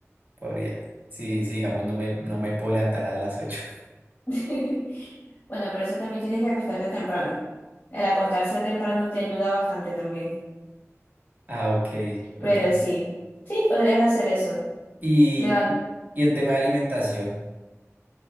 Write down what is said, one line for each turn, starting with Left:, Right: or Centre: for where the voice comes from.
Right: Podría. Sí, sí, digamos, no me, no me puedo levantar a las ocho
Left: <laughs> Bueno, por eso también tienes que acostarte temprano. El acostarse temprano te ayuda bastante también.
Right: <laughs> Ah, ok,
Left: Pero
Right: ok.
Left: sí, sí, podrías hacer eso.
Right: Y,
Left: Levan.
Right: y y en tema de alimentación.